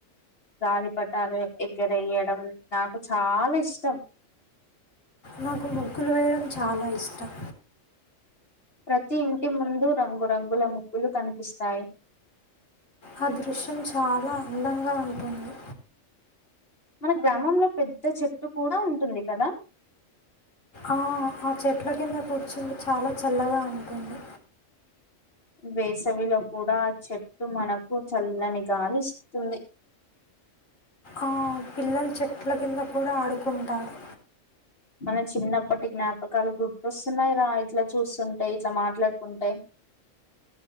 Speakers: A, on the left (about 45°); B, on the left (about 70°).
A: గాలిపట్టాలు ఎగ్గరేయడం నాకు చాలా ఇష్టం.
B: నాకు ముగ్గులు వేయడం చాలా ఇష్టం.
A: ప్రతి ఇంటి ముందు రంగురంగుల ముగ్గులు కనిపిస్తాయి.
B: ఆ దృశ్యం చాలా అందంగా ఉంటుంది.
A: మన గ్రామంలో పెద్ద చెట్టు కూడా ఉంటుంది. కదా
B: ఆ ఆ చెట్ల కింద కూర్చుంది చాలా చల్లగా ఉంటుంది.
A: వేసవిలో కూడా ఆ చెట్టు మనకు చల్లనిగాలి ఇస్తుంది.
B: ఆ పిల్లలు చెట్ల కింద కూడా ఆడుకుంటారు.
A: మన చిన్నప్పటి జ్ఞాపకాలు గుర్తొస్తున్నాయి రా, ఇట్లా చూస్తుంటేయి ఇట్లా మాట్లాడుకుంటే.